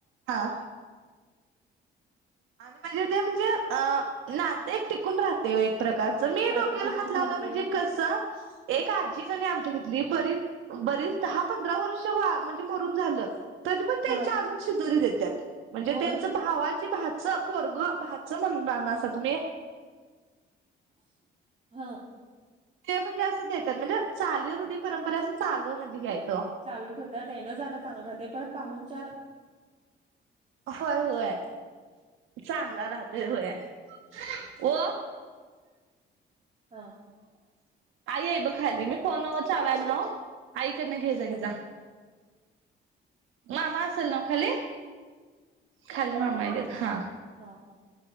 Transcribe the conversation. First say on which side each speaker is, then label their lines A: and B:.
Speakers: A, on the right; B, on the right.
A: हा! आणि म्हणजे ते म्हणजे अ नाते टिकून राहते वो एक. प्रकारच मी
B: नातं
A: डोक्याला
B: टिकून
A: हात लावला
B: राहतय
A: म्हणजे कसं, एक आजी कनी आमच्या तिथली बरीच बरीच दहा पंधरा वर्ष वा म्हणजे मरून झालं. तरी पण त्यांच्या
B: हा
A: अजून शिदोरी देत्यांत म्हणजे
B: होय
A: त्यांच भावा च भा वाचं पोरग भाचं म्हणनाना सा तुम्ही.
B: हा!
A: ते म्हणजे असं देतात, म्हणजे चाली रुढी परंपरा असं चालू म्हणजे ह्यां इथं.
B: चालू ठेवतात, येणं जाणं चांगलं राहतय, परत पाहूणचार.
A: होय होय चांगला राहतोय होय.
B: हा!
A: ओ
B: हा
A: आई हे ब खाली, मी फोन वर चालू हाय म्हणाव. आईकडनं घे जा घे जा, मामा असल नव खाली. खाली मामा आहे घे हा.
B: हा हा